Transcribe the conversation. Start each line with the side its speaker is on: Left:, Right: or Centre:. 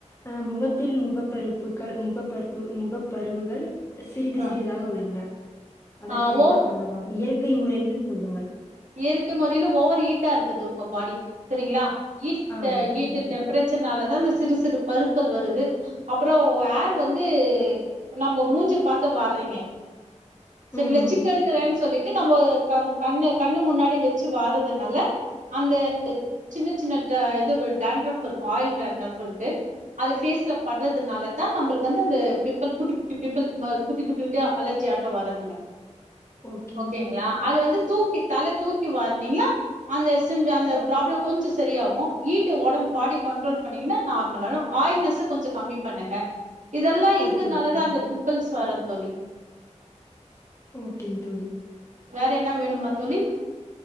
Left: அஹ் முகத்தில் முகப்பருப்புக்கள் முகப்பருப்பு முகப் பருவுகள் சிறிது
Right: ஆ
Left: சிறிதாக உள்ளன அதற்கு
Right: ஆ ஓவ
Left: என்ன பண்ணலாம் இயற்கை முறையில் சொல்லுங்கள்
Right: இயற்க்க முறையில ஓவர் ஹீட்டாருக்குது உங்க பாடி செரிங்களா ஹட்
Left: ஆ ஓகேங்க
Right: ஹீட்
Left: தோழி.
Right: டெம்பரேச்சர்னால தான் சிறு சிறு பருக்கள் வருது அப்புறோ ஏர் வந்து நம்ம மூஞ்சு பாத்த வார்றீங்க செரிங்களா
Left: ம். ம்.
Right: சிக்கெடுக்குரேன்னு சொல்லி நம்ம கண் கண்ணு கண்ணு முன்னாடி வச்சு வாரறதுனால அந்த சின்ன சின்ன இது டண்ட்ரப் இருக்கும் ஆயில் ட்ரப்ன்ட்டு அதை பேஸ்ல படுறதுனால தான் நம்மளுக்கு வந்து அந்த பிம்பிள் குட்டிட்டி பிம்பிள் குட்டி குட்டி குட்டி அலர்ஜி ஆட்ட வரதுங்க
Left: ஓகேங்க
Right: ஓகேங்களா
Left: தோழி.
Right: அது வந்து தூக்கி தூக்கி வார்னீங்கன்னா அந்த அந்த ப்ராப்ளம் கொஞ்சோ செரியாகும் ஈட்டு உடம்பு பாடி கண்ட்ரோல் பண்ணீங்கன்னா நார்மல் ஆயில்னஸ் கொஞ்சோ கம்மி பண்ணுங்க இதெல்லா இருக்கு
Left: ஓகே, ஓகேங்க
Right: நல்லதான் அந்த பிம்பிள்ஸ் வர்து தோழி
Left: ஓகேங் தோழி
Right: வேற என்ன வேணுமா தோழி